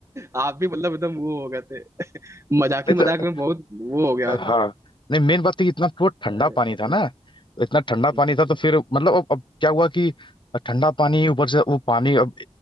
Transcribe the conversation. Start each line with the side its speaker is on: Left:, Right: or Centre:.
Right: आप भी मतलब एकदम वो हो गए थे मजाक
Left: नहीं
Right: ही मजाक में बहुत वो हो गया
Left: तो
Right: होता
Left: हाँ नहीं मेन बात थी कि इतना वो ठंडा
Right: अरे,
Left: पानी था ना इतना ठंडा
Right: हम्म,
Left: पानी था तो फिर मतलब अब अब क्या हुआ कि ठंडा पानी ऊपर से वो पानी अब